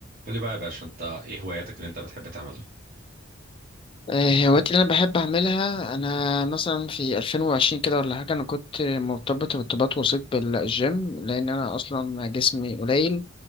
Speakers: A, on the right; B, on the left.
A: قول لي بقى يا باشا انت ايه هواياتك اللي انت بتحب تعملها
B: الهوايات اللي انا بحب اعملها انا مثلا في 2020 كده ولا حاجه انا كنت مرتبط ارتباط وسيط بالجيم لان انا اصلا جسمي قليل